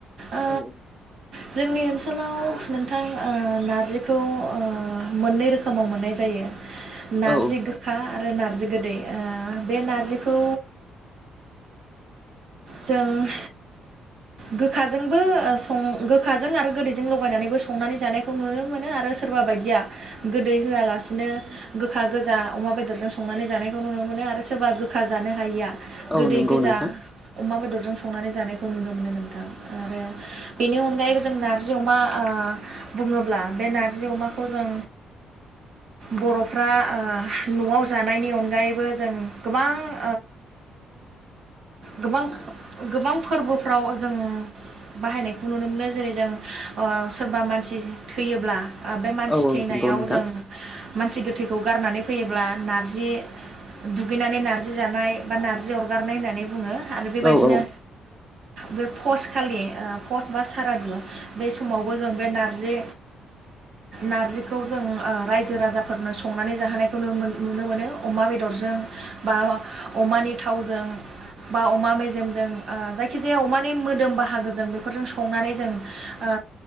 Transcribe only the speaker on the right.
ओ
जोंनि ओन सोलाव नोंथां ओ नारजिखौ ओ मोननै रोखोमाव मोननाय जायो। नारजि
गोखा आ आरो नार्जि गोदै ओ बे नारजिखौ जों गोखाजोंबो ओ सं गोखाजों आरो गोदैजों लगायनानैबो संनानै जानायखौ नुनो मोनो आरो सोरबा बायदिया गोदै होआलासिनो गोखा गोजा अमा बेदरजों संनानै जानायखौ नुनो मोनो आरो सोरबा गोखा जानो हायिया
गोदै
गोजा
अमा बेदरजों संनानै जानायखौ नुनो मोनो नोंथां आरो बेनि अनगायैबो जों नार्जि अमा ओ बुङोब्ला बे नारजि अमाखौ जों बर'फ्रा ओ न'आव जानायनि अनगायैबो जों गोबां ओ गोबां गोबां फोरबोफ्राव जों बाहायनायखौ नुनो मोनो जेरै जों ओ सोरबा मानसि थैयोब्ला ओ बे मानसि
थैनायाव
जों मानसि गोथैखौ गारनानै फैयोब्ला नार्जि दुगैनानै नार्जि जानाय बा नार्जि अरगारनाय होननानै बुङो। आरो बेबायदिनो
बे फस खालि ओ फस बा सारादु बे समावबो जों बे नारजि नारजिखौ जों ओ रायजो राजाफोरनो संनानै जाहानायखौ नुनो मोन नुनो मोनो अमा बेदरजों बा बा अमानि थावजों। बा अमा मेजेमजों ओ जायखिजाया अमानि मोदोम बाहागोजों बेफोरजों संनानै जों ओ